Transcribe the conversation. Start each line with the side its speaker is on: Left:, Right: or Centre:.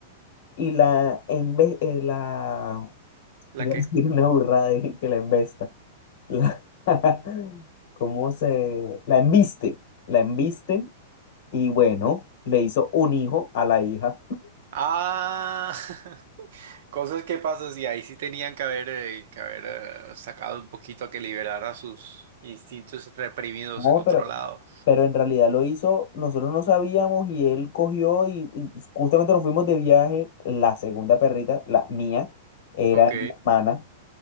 Left: y la, embe- eh, la,
Right: ¿La
Left: iba
Right: qué?
Left: a decir una burrada dije que la embesta, la, <laughs> ¿cómo se, la embiste, la embiste Y bueno, le hizo un hijo a la hija.
Right: Ah, <laughs> cosas que pasan, sí, ahí sí tenían que haber, eh, que haber eh, sacado un poquito a que liberara sus instintos reprimidos
Left: No,
Right: en otro
Left: pero,
Right: lado.
Left: pero en realidad lo hizo, nosotros no sabíamos y él cogió y, y justamente nos fuimos de viaje, la segunda perrita, la mía, era
Right: Ok,
Left: de mi hermana